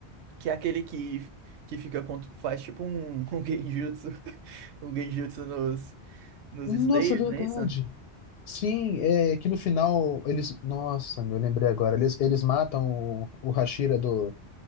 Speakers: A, on the right; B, on the left.
A: Que é aquele que, que fica contra, faz tipo um, um genjutsu, <laughs> um genjutsu nos, nos
B: Nossa,
A: Slayers,
B: é verdade.
A: né? Isso?
B: Sim, é que no final eles. Nossa, meu, lembrei agora. Eles, eles matam o, o Hashira do,